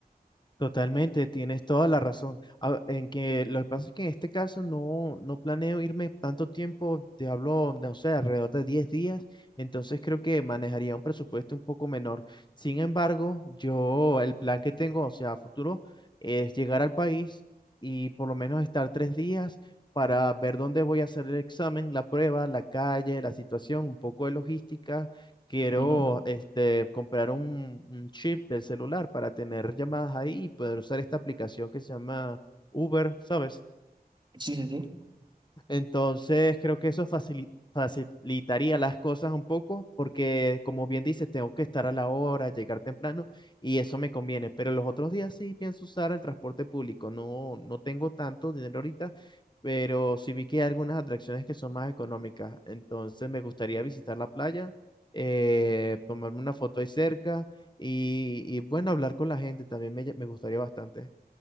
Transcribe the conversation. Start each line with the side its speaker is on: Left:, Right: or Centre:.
Left: Totalmente, tienes toda la razón. A- En que lo que pasa es que en este caso no, no planeo irme tanto tiempo, te hablo, no sé, alrededor de 10 días, entonces creo que manejaría un presupuesto un poco menor. Sin embargo, yo el plan que tengo, o sea, a futuro, es llegar al país y por lo menos estar tres días para ver dónde voy a hacer el examen, la prueba, la calle, la situación, un poco de logística Quiero
Right: Ujú.
Left: este, comprar un, un chip del celular para tener llamadas ahí y poder usar esta aplicación que se llama Uber, ¿sabes?
Right: Sí, sí, sí.
Left: Entonces, creo que eso facili- facilitaría las cosas un poco, porque como bien dices, tengo que estar a la hora, llegar temprano, y eso me conviene. Pero los otros días sí pienso usar el transporte público. No, no tengo tanto dinero ahorita, pero sí vi que hay algunas atracciones que son más económicas. Entonces, me gustaría visitar la playa, eh, tomarme una foto ahí cerca y, y, bueno, hablar con la gente también me, ll- me gustaría bastante.